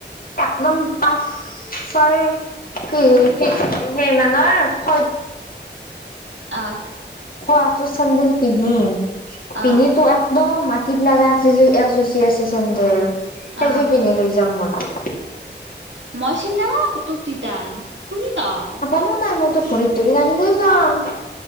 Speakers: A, on the left; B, on the right.
A: একদম পাঁচ <unintelligible> কিমান মানৰ ওখ
B: আহ
A: একযোৰ চেন্দেল পিন্ধিম
B: আহ
A: পিন্ধি তো এক দম মাটিত লাগা আছে যে এক চুজি আছে চেন্দেল সেইযোৰ
B: আহ
A: পিন্ধি লৈ যাম মই। তোক
B: মই চিনি নাপাওঁ তোক তিতান কুনি তই
A: <unintelligible> মইতো ভৰিত ধৰি আহিলৈ যাম।